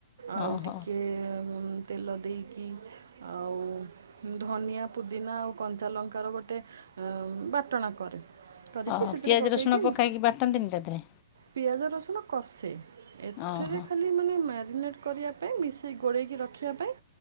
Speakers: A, on the right (about 75°); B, on the left (about 30°).
A: ଆଉ
B: ଓହୋ
A: ଟିକଏ ତେଲ ଦେଇକି ଆଉ ଧନିଆ ପୁଦିନା ଆଉ କଞ୍ଚା ଲଙ୍କାର ଗୋଟେ ବାଟଣା କରେ। କରିକି
B: ହ
A: ସେଥିରେ
B: ପିଆଜ
A: ପକେଇକି
B: ରସୁଣ ପକାଇକି ବାଟନ୍ତିନି ତା ଦେହରେ
A: ପିଆଜ ରସୁଣ କଷେ ଏଥିରେ
B: ଓହୋ
A: ଖାଲି ମାନେ ମ୍ୟାରିନେଟ୍ କରିବା ପାଇଁ ମିଶାଇ ଗୋଳେଇକି ରଖିବା ପାଇଁ